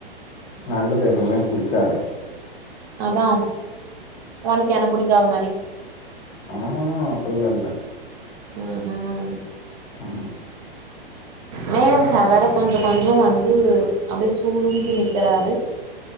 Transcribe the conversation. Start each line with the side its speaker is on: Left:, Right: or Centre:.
Left: நல்லது எப்பவுமே புடிக்காதே
Right: அதாம் ஒனக்கு என்ன புடிக்காத மாரி
Left: அ ஆ ஆ ஃபுல்லா இல்ல
Right: ம் ம்
Left: ஆமா
Right: மேகம் சார் வேற கொஞ்சோ கொஞ்சோ வந்து அப்டியே சூழ்ந்து நிக்கறாரு